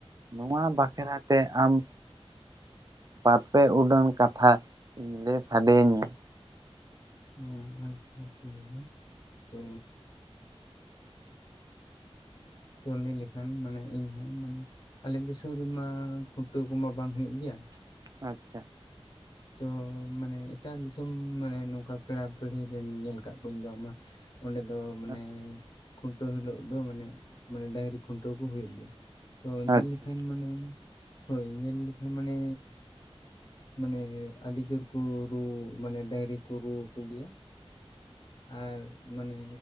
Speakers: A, on the right (about 35°); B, on the left (about 40°).
A: ᱱᱚᱣᱟ ᱵᱟᱠᱷᱨᱟ ᱛᱮ ᱟᱢ ᱵᱟᱨᱯᱮ ᱩᱰᱟᱹᱱ ᱠᱟᱛᱷᱟ ᱞᱮᱭ ᱥᱟᱰᱮᱭᱟᱹᱧ ᱢᱮ
B: ᱦᱩ ᱟᱪᱪᱷᱟ ᱴᱷᱤᱠ ᱟᱪᱷᱮ ᱛᱚ ᱛᱚ ᱞᱮᱭ ᱞᱮᱠᱷᱟᱱ ᱢᱟᱱᱮ ᱤᱧᱦᱚᱸ ᱢᱟᱱᱮ ᱟᱞᱮ ᱫᱤᱥᱚᱢ ᱨᱮᱢᱟ ᱠᱷᱩᱱᱴᱟᱹᱣ ᱠᱚᱢᱟ ᱵᱟᱝ ᱦᱩᱭᱩᱜ ᱜᱤᱭᱟ
A: ᱟᱪᱪᱷᱟ
B: ᱛᱚ ᱢᱟᱱᱮ ᱮᱴᱟᱜ ᱫᱤᱥᱚᱢ ᱢᱟᱱᱮ ᱱᱚᱝᱠᱟ ᱯᱮᱲᱟ ᱯᱤᱲᱦᱤ ᱨᱮᱱ ᱧᱮᱞ ᱠᱟᱜ ᱠᱩᱣᱟᱹᱧ ᱵᱟᱝᱢᱟ ᱚᱸᱰᱮ ᱫᱚ ᱢᱟᱱᱮ
A: ᱟᱪᱪᱷᱟ
B: ᱠᱷᱩᱱᱴᱟᱹᱣ ᱦᱤᱞᱳᱜ ᱫᱚ ᱢᱟᱱᱮ ᱢᱟᱱᱮ ᱰᱟᱹᱝᱨᱤ ᱠᱷᱩᱱᱴᱟᱹᱣ ᱠᱚ ᱦᱩᱭᱩᱜ ᱜᱤᱭᱟ ᱛᱚ ᱧᱮᱞ
A: ᱟᱪᱪᱷᱟ
B: ᱞᱮᱠᱷᱟᱱ ᱢᱟᱱᱮ ᱦᱳᱭ ᱧᱮᱞ ᱞᱮᱠᱷᱟᱱ ᱢᱟᱱᱮ ᱢᱟᱱᱮ ᱟᱹᱰᱤ ᱡᱳᱨ ᱠᱩ ᱨᱩ ᱢᱟᱱᱮ ᱰᱟᱹᱟᱝᱨᱤ ᱠᱳ ᱨᱩᱣᱟ ᱠᱚ ᱜᱤᱭᱟ ᱟᱨ ᱢᱟᱱᱮ